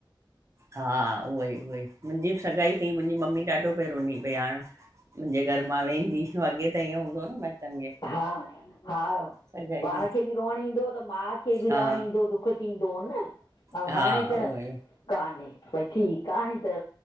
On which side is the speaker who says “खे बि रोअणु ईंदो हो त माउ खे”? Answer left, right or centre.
Left